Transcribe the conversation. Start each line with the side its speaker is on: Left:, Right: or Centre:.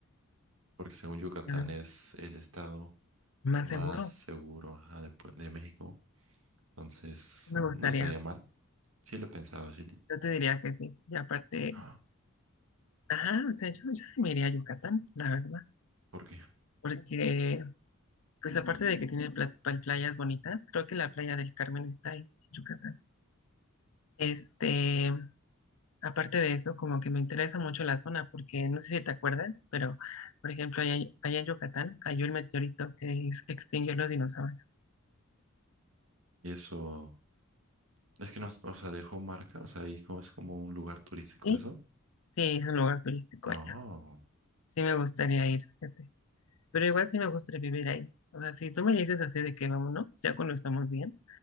Right: Porque según Yucatán
Left: em,
Right: es el estado.
Left: más
Right: más
Left: seguro,
Right: seguro ajá, después de México. Entonces,
Left: me gustaría.
Right: no estaría mal. Sí lo he pensado, sí. le-
Left: Yo te diría que sí. Y aparte...
Right: ¡Ah!
Left: Ajá, o sea, yo, yo sí me iría a Yucatán, la verdad,
Right: ¿Por qué?
Left: porque pues aparte de que tiene pla- pla- playas bonitas, creo que la playa del Carmen está ahí, en Yucatán. Este, aparte de eso, como que me interesa mucho la zona, porque no sé si te acuerdas, pero por ejemplo, allá, allá en Yucatán cayó el meteorito que ex- extinguió los dinosaurios.
Right: Y eso, es que no, es- o sea, dejó marca, o sea, ahí como es como un lugar turístico
Left: ¿Sí?
Right: eso.
Left: Sí, es un lugar turístico
Right: Oh,
Left: allá. Sí me gustaría ir, fíjate. Pero igual sí me gustaría vivir ahí. O sea, si tú me dices así de que vámonos, ya cuando estamos bien,